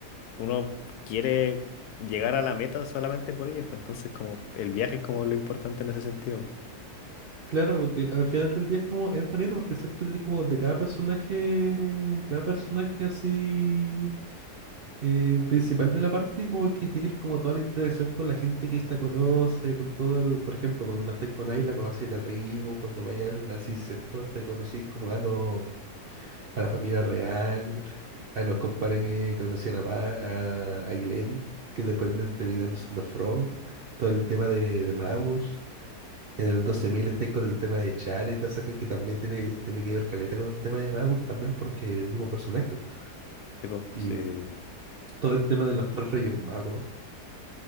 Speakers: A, on the left; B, on the right.
A: uno quiere llegar a la meta solamente por ellos, pues entonces como el viaje es como lo importante en ese sentido.
B: claro, porque al final del día es como, es bonito porque siempre tenés como de cada personaje, cada personaje así eh, principal de la parte, como que tienes como toda la interacción con la gente que esta conoce, con todo el, por ejemplo, cuando estás con Ayla conoces la tribu, cuando vayas al, al 600 te conocís como a, los a la familia real, a los compadres que conocían a, Ma- a, a Glenn, que dependen terminando siendo Frog, todo el tema de, de Magus. En el 12.000 estáis con el tema de Chala y toda esa cosa que también tiene, tiene que ver caleta con el tema de Magus también porque es el mismo personaje. pues.
A: Tipo,
B: Y
A: sí.
B: todo el tema de los tres reyes magos